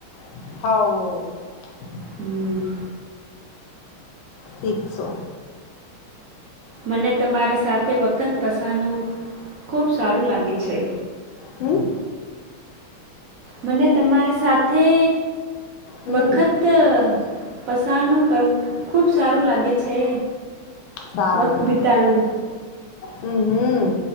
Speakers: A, on the left; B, on the right.
A: હવ
B: હમ
A: સીખશો
B: મને તમારે સાથે, વખત પસાનું ખૂબ સારું લાગે છે.
A: હમ્મ
B: મને તમાર સાથે,
A: હમ
B: વખત પસારનું કરવું ખૂબ સારું લાગે છે.
A: સારું
B: વક્ત બિતાણું
A: હમ હમ